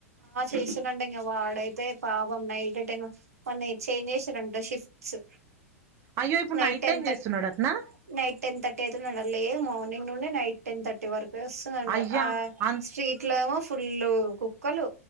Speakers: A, on the right (about 75°); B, on the right (about 30°).
A: ఆ చేస్తుందంట ఇంగ వాడైతే పాపం నైట్ టైన్ వాన్ని చేంజ్ చేసిరంట షిఫ్ట్స్
B: అయ్యో ఇప్పుడు
A: నైట్ టెన్
B: టైం
A: థర్ట్
B: చేస్తున్నాడటనా
A: నైట్ టెన్ థర్టీ అయితుంది అంటలేదు మా ఓ మార్నింగ్ నుండి నైట్ టెన్ థర్టీ వరకు ప్రసునుంట
B: అయ్యా
A: ఆ
B: అం
A: స్ట్రీట్ లో ఏమో ఫుల్లు కుక్కలు